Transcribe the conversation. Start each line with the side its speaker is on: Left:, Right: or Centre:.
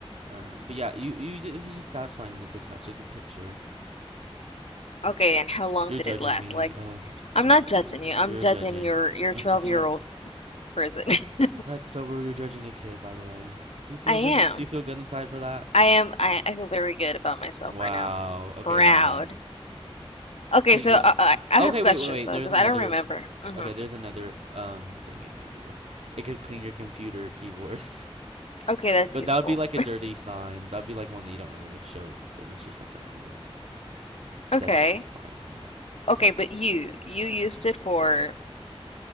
Right: Um, but yeah, you you it was just satisfying to touch, like the texture.
Left: Okay, and how long
Right: You're
Left: did
Right: judging
Left: it last?
Right: me.
Left: Like,
Right: Ugh,
Left: I'm
Right: whatever.
Left: not judging you. I'm
Right: You're
Left: judging
Right: judging
Left: your
Right: me.
Left: your 12-year-old
Right: <laughs>
Left: person. <laughs>
Right: That's so rude. You're judging a kid, by the way. Do you feel
Left: I am.
Right: good? Do you feel good inside for that?
Left: I am. I, I feel very good about myself
Right: Wow.
Left: right now.
Right: Okay,
Left: Proud.
Right: fine.
Left: Okay,
Right: So yeah.
Left: so uh, uh, I
Right: Okay,
Left: have questions
Right: wait, wait, wait.
Left: though,
Right: There's
Left: because
Right: another.
Left: I don't remember. Mm-hmm.
Right: Okay, there's another um thing it could do. It could clean your computer keyboard. <laughs>
Left: Okay, that's
Right: But
Left: useful.
Right: that would be like a
Left: <laughs>
Right: dirty slime. That'd be like one that you don't really like show to people. That's just like kind of like a
Left: Okay.
Right: dust slime. Yeah.
Left: Okay, but you you used it for